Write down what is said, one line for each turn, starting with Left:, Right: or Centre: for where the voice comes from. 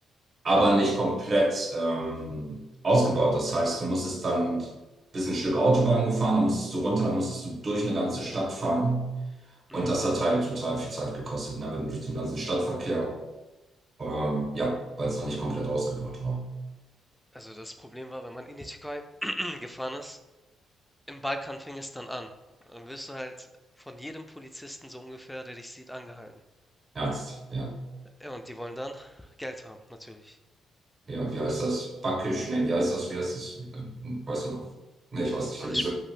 Right: aber nicht komplett ähm, ausgebaut. Das heißt, du musstest dann bis ein Stück Autobahn gefahren, dann musstest du runter, dann musstest du durch eine ganze Stadt fahren. Und
Centre: Mhm.
Right: das hat halt total viel Zeit gekostet, ne? Wenn du durch den ganzen Stadtverkehr, ähm, ja, weil es noch nicht komplett ausgebaut war.
Centre: Also das Problem war, wenn man in die Türkei <clears throat> gefahren ist, im Balkan fing es dann an. Dann wirst du halt von jedem Polizisten so ungefähr, der dich sieht, angehalten.
Right: Ernst, ja.
Centre: Ja, und die wollen dann Geld haben, natürlich.
Right: Ja, wie heißt das? Backisch? Nee, wie heißt das? Wie heißt das? Ähm, Weißt du noch? Nee, ich weiß nicht.
Centre: Bach
Right: Da gibt's